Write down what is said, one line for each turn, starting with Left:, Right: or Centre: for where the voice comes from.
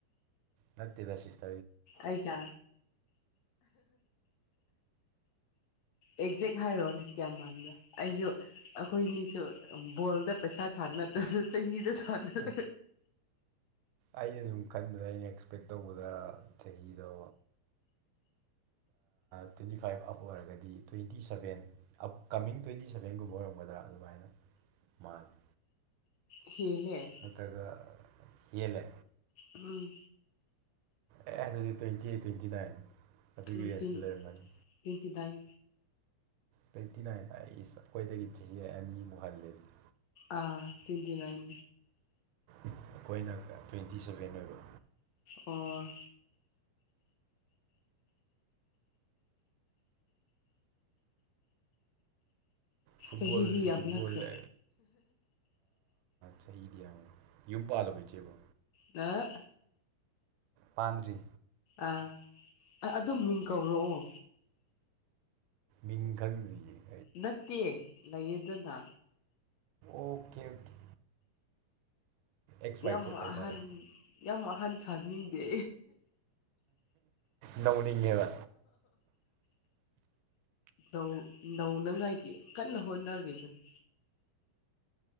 Right: ꯅꯠꯇꯦꯗꯁꯤꯁꯦ
Left: ꯑꯩꯁꯥ ꯑꯦꯛꯖꯦꯛ ꯍꯥꯏꯔꯛꯣꯅꯦ ꯀꯌꯥꯝ ꯃꯥꯟꯕ꯭ꯔꯣ ꯑꯩꯁꯨ ꯑꯩꯈꯣꯏꯅꯤꯁꯨ ꯕꯣꯜꯗ ꯄꯩꯁꯥ ꯊꯥ ꯅꯠꯇ꯭ꯔꯁꯨ ꯆꯍꯤꯗ ꯊꯥꯅꯔ
Right: ꯍꯝ ꯑꯩꯅ ꯁꯨꯝ ꯈꯟꯕꯗ ꯑꯩꯅ ꯑꯦꯛꯁꯄꯦꯛ ꯇꯧꯕꯗ ꯆꯍꯤꯗꯣ ꯇ꯭ꯋꯦꯟꯇꯤ ꯐꯥꯏꯚ ꯑꯞ ꯑꯣꯏꯔꯒꯗꯤ ꯇꯣꯏꯟꯇꯤ ꯁꯕꯦꯟ ꯑꯞꯀꯃꯤꯡ ꯇ꯭ꯋꯦꯟꯇꯤ ꯁꯚꯦꯟꯒꯨꯝꯕ ꯑꯣꯏꯔꯝꯒꯗ꯭ꯔꯥ ꯑꯗꯨꯃꯥꯏꯅ ꯃꯥꯜꯂꯤ
Left: ꯊꯤꯅꯦ
Right: ꯃꯠꯇꯒ ꯌꯦꯂꯦ
Left: ꯑꯥ
Right: ꯑꯦ ꯑꯗꯨꯗꯤ ꯇ꯭ꯋꯦꯟꯇꯤ ꯇ꯭ꯋꯦꯟꯇꯤ ꯅꯥꯏꯟ ꯑꯗꯨꯒꯤ
Left: ꯎ
Right: ꯔꯦꯟꯖꯇ
Left: ꯇꯤꯟ
Right: ꯂꯩꯔꯝꯃꯅꯤ
Left: ꯇ꯭ꯋꯦꯟꯇꯤꯗꯥꯏꯟ
Right: ꯇ꯭ꯋꯦꯟꯇꯤ ꯅꯥꯏꯟ ꯑꯩ ꯏꯁ ꯑꯩꯈꯣꯏꯗꯒꯤ ꯆꯍꯤ ꯑꯅꯤꯃꯨꯛ ꯍꯜꯂ‌ꯦ ꯑꯗꯨꯗꯤ
Left: ꯑꯥ ꯇꯤꯟꯇꯤꯅꯏ
Right: ꯑꯩꯈꯣꯏꯅꯒ ꯇ꯭ꯋꯦꯟꯇꯤ ꯁꯚꯦꯟ ꯑꯣꯏꯕ
Left: ꯑꯣ
Right: ꯐꯨꯠꯕꯣꯜ
Left: ꯆꯍꯤꯗꯤ ꯌꯥꯝꯂꯛꯈ꯭ꯔꯦ
Right: ꯐꯨꯠꯕꯣꯜꯦ ꯆꯍꯤꯗꯤ ꯌꯥꯝꯣ ꯌꯨꯝ ꯄꯥꯜꯂꯕ ꯏꯆꯦꯕꯣ
Left: ꯑ
Right: ꯄꯥꯟꯗ꯭ꯔꯤ
Left: ꯑꯥ ꯑꯗꯨꯝ ꯃꯤꯡ ꯀꯧꯔꯛꯑꯣ
Right: ꯃꯤꯡꯈꯪꯖꯏ
Left: ꯅꯠꯇꯦ ꯂꯩꯌꯦꯗꯅ
Right: ꯑꯣꯀꯦ ꯑꯣꯀꯦ ꯑꯦꯛꯁ ꯋꯥꯏ
Left: ꯌꯥꯝ
Right: ꯖ‌ꯦꯠ ꯍꯥꯏ
Left: ꯑꯍꯟ
Right: ꯇꯥꯔꯦ
Left: ꯌꯥꯝ ꯑꯍꯟ ꯁꯥꯅꯤꯡꯗꯦ
Right: ꯅꯎꯅꯤꯡꯉꯦꯗ
Left: ꯑꯣ ꯅꯧꯅꯉꯥꯏꯒꯤ ꯀꯟꯅ ꯍꯣꯠꯅꯔꯤꯕꯅꯤ